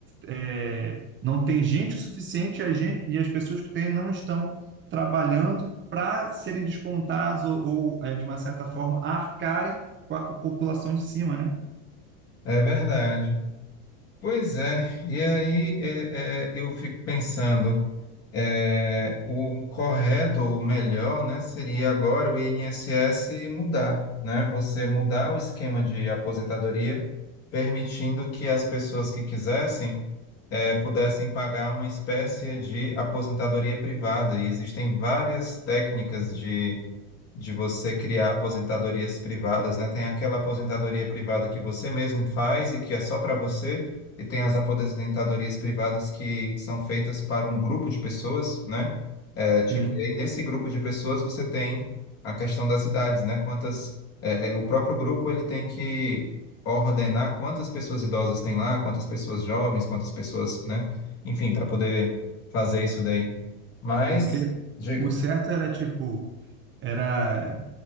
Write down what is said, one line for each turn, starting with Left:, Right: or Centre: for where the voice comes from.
Right: é, não tem gente o suficiente e a gente e as pessoas que têm não estão trabalhando para serem descontadas ou, ou, é, de uma certa forma arcarem com a população de cima, né?
Left: É verdade. Pois é, e aí é, é, eu fico pensando, é, o correto ou o melhor, né, seria agora o INSS mudar, né? Você mudar o esquema de aposentadoria, permitindo que as pessoas que quisessem eh, pudessem pagar uma espécie de aposentadoria privada. E existem várias técnicas de de você criar aposentadorias privadas, né? Tem aquela aposentadoria privada que você mesmo faz e que é só para você, e tem as aposentadorias privadas que são feitas para um grupo de pessoas, né? É, tipo,
Right: Sim.
Left: e aí nesse grupo de pessoas você tem a questão das idades, né? Quantas, é, é, o próprio grupo ele tem que ordenar quantas pessoas idosas tem lá, quantas pessoas jovens, quantas pessoas, né? Enfim, para poder fazer isso daí. Mas,
Right: Porque
Left: diga.
Right: o certo era tipo era